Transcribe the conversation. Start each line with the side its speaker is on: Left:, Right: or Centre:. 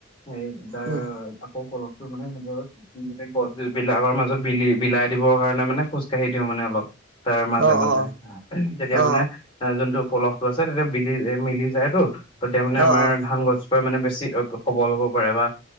Left: সেই তাৰ
Right: উম
Left: আকৌ কলো। মানে নিজৰ গোটেই গছ বি বিলাকৰ মাজত। ত বিলি বিলাই দিবৰ কাৰণে মানে খজকাঢ়ি দিওঁ মানে অলপ, তাৰ মাজে
Right: অ
Left: মাজে
Right: অ
Left: তেতিয়া
Right: অ অ
Left: মানে, যোনটো পলহ টো আছে তেতিয়া বিলি মিলি যায়তো তেতিয়া মানে আমাৰ
Right: অ অ
Left: ধান গছ- মানে বেছি সবল হ'ব পাৰে বা